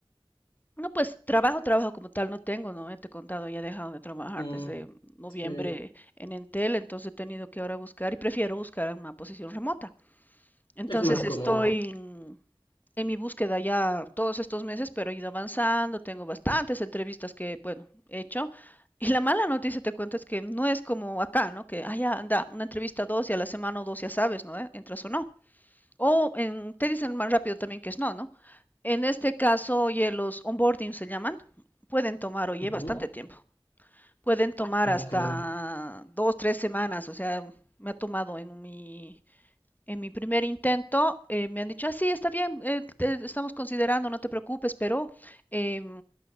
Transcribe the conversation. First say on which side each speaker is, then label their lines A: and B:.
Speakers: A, on the left; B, on the left.
A: No, pues trabajo, trabajo como tal no tengo, ¿no? Ya Te he contado, ya he dejado de trabajar
B: Mm,
A: desde Sí, noviembre
B: sí,
A: en Entel, entonces he tenido que ahora buscar y prefiero buscar una posición remota. Entonces
B: es más cómodo.
A: estoy en, en mi búsqueda ya todos estos meses, pero he ido avanzando, tengo bastantes entrevistas que, bueno, he hecho. Y la mala noticia, te cuento, es que no es como acá, ¿no? Que, ah, ya, anda, una entrevista dos y a la semana o dos ya sabes, ¿no? Eh, Entras o no. O en, te dicen más rápido también que es no, ¿no? En este caso, oye, los onboarding se llaman, pueden tomar, oye,
B: Ujú,
A: bastante tiempo. Pueden tomar hasta
B: Increíble.
A: dos, tres semanas, o sea, me ha tomado en mi, en mi primer intento, eh, me han dicho, ah, sí, está bien, eh, te estamos considerando, no te preocupes, pero eh,